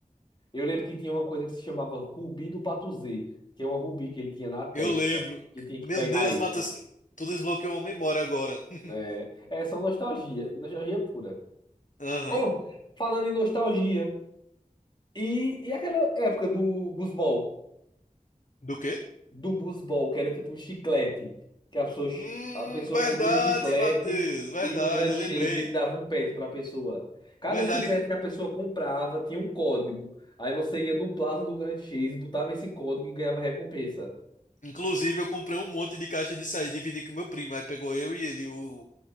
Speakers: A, on the left; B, on the left.
A: Eu lembro que tinha uma coisa que se chamava Rubi do Pato Z, que é uma rubi que ele tinha na testa,
B: Eu lembro.
A: que tinha que
B: Meu
A: pegar
B: Deus,
A: isso.
B: Matheus, tu desbloqueou uma memória agora. <laughs>
A: É, é só nostalgia, nostalgia pura.
B: Aham.
A: Oh, falando em nostalgia. E, e aquela época do busbol,
B: Do quê?
A: do busbol, que era tipo um chiclete, que a pessoa, chi-
B: Hum,
A: a pessoa
B: verdade,
A: comia o chiclete
B: Matheus. Verdade,
A: e no Grand Chase
B: eu lembrei.
A: ele dava um pet pra pessoa. Cada
B: Verdade,
A: chiclete
B: inclu-
A: que a pessoa comprava tinha um código. Aí você ia no Plaza do Grand Chase, botava esse código e ganhava recompensa.
B: inclusive eu comprei um monte de caixa disso aí, dividi com meu primo. Aí pegou eu e ele o,